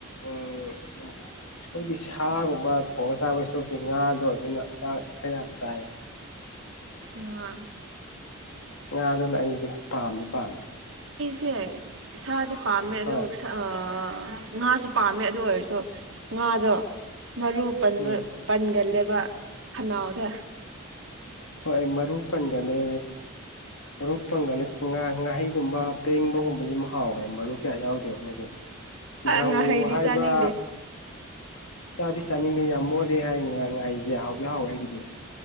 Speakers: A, on the left (about 80°); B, on the right (about 60°).
A: ꯑꯝ ꯑꯁ ꯑꯩꯈꯣꯏꯒꯤ ꯁꯥꯒꯨꯝꯕ ꯊꯣꯡꯉꯒ ꯆꯥꯕꯒꯤ ꯁ꯭ꯔꯨꯛꯇꯤ ꯉꯥꯗꯣ ꯑꯗꯨꯅ ꯆꯥꯛ ꯈꯔ ꯌꯥꯝ ꯆꯥꯏꯌꯦ
B: <inaudible> ꯉꯥ
A: ꯉꯥ ꯑꯗꯨꯅ ꯑꯩꯗꯤ ꯄꯥꯝꯗꯤ ꯄꯥꯝꯃꯦ
B: ꯁꯦ ꯁꯥꯗꯤ ꯄꯥꯝꯃꯦ ꯑꯗꯨꯕꯨ
A: ꯍꯣꯏ
B: ꯁꯥ ꯑ ꯉꯥꯁꯨ ꯄꯥꯝꯃꯦ ꯑꯗꯨ ꯑꯣꯏꯔꯁꯨ ꯉꯥꯗꯣ ꯃꯔꯨ ꯄꯟꯕ
A: ꯎꯝ
B: ꯄꯟꯒꯜꯂꯦꯕ ꯕ ꯈꯟꯅꯥꯎ ꯗ
A: ꯍꯣꯏ ꯑꯩ ꯃꯔꯨ ꯄꯟꯒꯅꯦ ꯃꯔꯨ ꯄꯟꯒꯜꯂꯦ ꯉꯥ ꯉꯥꯍꯩꯒꯨꯝꯕ ꯄꯦꯡꯕꯒꯨꯝꯕꯗꯤ ꯑꯗꯨꯝ ꯍꯥꯎꯋꯦ ꯃꯔꯨ ꯀꯌꯥ ꯌꯥꯎꯗꯦ ꯃꯣꯏꯗꯤ ꯗ꯭ꯔꯧ
B: ꯉꯥꯍꯩꯗꯤ
A: ꯍꯥꯏꯕ
B: ꯆꯥꯅꯤꯡꯗꯦ
A: ꯆꯥꯗꯤ ꯆꯥꯅꯤꯡꯗꯦ ꯌꯥꯝ ꯃꯣꯠꯂꯤ ꯍꯥꯏ ꯉꯥ ꯉꯥꯍꯩꯁꯦ ꯍꯥꯎ ꯍꯥꯎꯗꯤ ꯍꯥꯎꯋꯦ ꯑꯩꯒꯤꯗꯤ